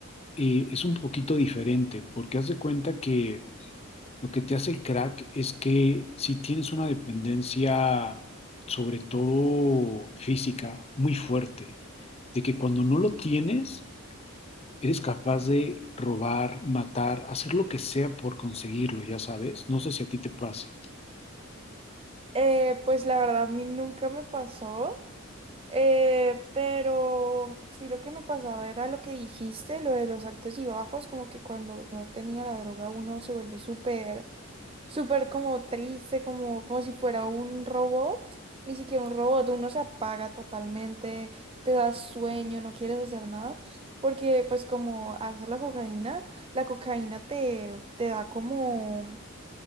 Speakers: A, on the left; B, on the right.
A: eh, es un poquito diferente, porque haz de cuenta que lo que te hace el crack es que si tienes una dependencia, sobre todo física, muy fuerte, de que cuando no lo tienes, Eres capaz de robar, matar, hacer lo que sea por conseguirlo, ya sabes. No sé si a ti te pase.
B: Eh, pues la verdad, a mí nunca me pasó. Eh, pero sí, lo que me pasaba era lo que dijiste, lo de los altos y bajos, como que cuando no tenía la droga uno se vuelve súper, súper como triste, como, como si fuera un robot, ni siquiera un robot, uno se apaga totalmente, te da sueño, no quieres hacer nada, porque pues como haces la cocaína, la cocaína te, te da como